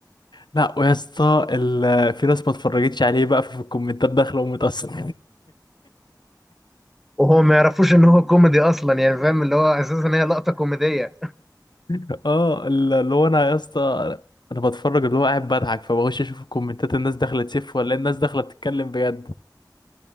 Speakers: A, on the left; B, in the centre.
A: لا ويا اسطى ال- في ناس ما اتفرجتش عليه بقى في الكومنتات داخله ومتأثرة
B: وهو ما يعرفوش ان هو كوميدي اصلا يعني فاهم اللي هو اساسا هي لقطه كوميديه
A: <laughs> اه ال- اللي هو انا يا اسطى انا بتفرج اللي هو قاعد بضحك فبخش اشوف الكومنتات الناس داخله تسف ولا الناس داخله بتتكلم بجد